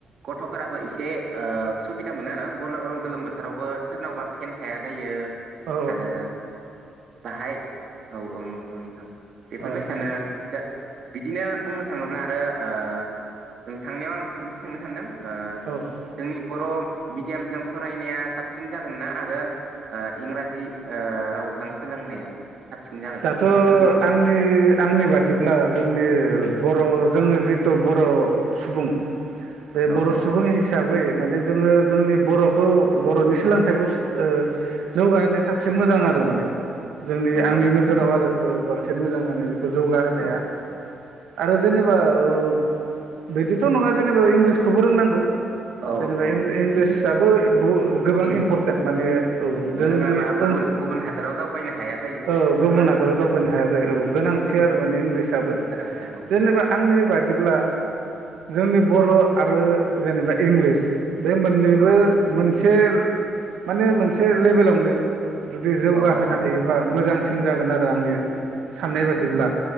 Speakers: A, on the right (about 55°); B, on the right (about 75°).
A: गथ'फोराबो एसे ओ सुबिदा मोनो आरो गल ओ गोलोम बोथोरावबो सोरनावबा फेन थाया जायो
B: औ
A: आरो बाहाय औ औ नंगौ नोंथां। बेफोरबाय
B: औ
A: सानो
B: नंगौ
A: जा बिदिनो बुंनो थाङोब्ला आरो ओ नोंथांनायाव आं सोंथि सोंनो सानदों। ओ
B: औ औ
A: जोंनि बर' मिडियामजों फरायनाया साबसिन जागोन ना आरो ओ इंराजि ओ रावजों सोलोंनाया? साबसिन जागोन
B: दाथ'
A: नोंथांनि बायदिब्ला
B: आंनि आंनि बादिब्ला जोंनि बर'
A: औ
B: जोङो जिथु बर' सुबुं बे
A: औ
B: बर'
A: औ
B: सुबुं हिसाबै माने जोङो जोंनि बर'खौ बर'नि सोलोंथाइखौ सुस ओ जौगाहोनाया साबसिन
A: औ
B: मोजां
A: औ
B: आरो माने जोंनि
A: नंगौ
B: आंनि
A: नंगौ
B: नोजोराव आरो ओ बांसिन मोजां माने बे जौगाहोनाया
A: औ
B: आरो जेनेबा ओ बिदिथ' नङा जेनेबा इंलिसखौबो रोंनांगौ
A: औ
B: जेनेबा
A: औ
B: इं - इंलिसाबो बु गोबां
A: इं
B: इम्परटेन्ट माने औ जोंनि
A: रोङाबा गुबुन
B: ओनस
A: गुबुन हादोराव दावबायनो हाया जायो
B: औ गो गुबुन
A: नङा होमबा
B: हादराव
A: नोंथां
B: दावबायनो
A: औ
B: हाया जायो औ गोनांथि आरो माने इंलिसाबो
A: गोनांथि औ
B: जेनेबा आंनि बा दिब्ला जोंनि बर' आरो जेनेबा इंलिस बे मोननैबो
A: औ
B: मोनसे माने मोनसे लेबेलावनो जुदि जौगाहोनो
A: औ औ नंगौ
B: हायोबा मोजांसि गोन आरो आंनि
A: नंगौ
B: साननाय
A: नंगौ
B: बादिब्ला